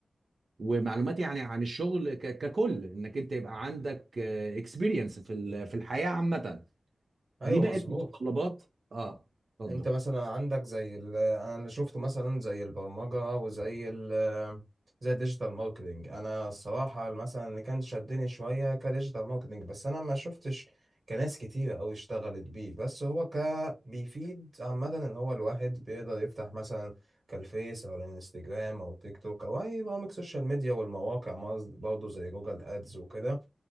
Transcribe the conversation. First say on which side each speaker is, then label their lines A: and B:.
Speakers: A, on the right (about 70°); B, on the right (about 50°).
A: ومعلومات يعني عن الشغل ك- ككل انك انت يبقى عندك اكسبيرينس في ال- في الحياة عامة
B: ايوه
A: دي بقت
B: مظبوط
A: متطلبات اه اتفضل
B: انت مثلا عندك زي ال... انا اللي شفته مثلا زي البرمجه وزي ال... زي الديجيتال ماركتنج انا الصراحه مثلا اللي كان شدني شويه كديجيتال ماركتنج بس انا ما شفتش كناس كتيره قوي اشتغلت بيه بس هو ك بيفيد عامه اللي هو الواحد بيقدر يفتح مثلا كالفيس او الانستجرام او تيك توك او اي برامج سوشيال ميديا والمواقع برضه زي جوجل ادز وكده